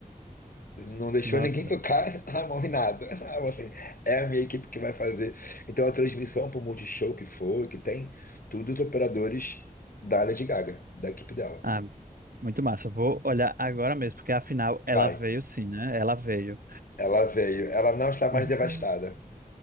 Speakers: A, on the left; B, on the right.
A: não deixou
B: Nossa.
A: ninguém tocar <laughs> a mão em nada. <laughs> Ela falou assim, é a minha equipe que vai fazer. Então a transmissão pro Multishow que for, que tem, tudo os operadores da Lady Gaga, da equipe dela.
B: Ah, muito massa. Vou olhar agora mesmo, porque afinal ela
A: Vai.
B: veio sim, né? Ela veio.
A: Ela veio. Ela não está
B: <laughs>
A: mais devastada.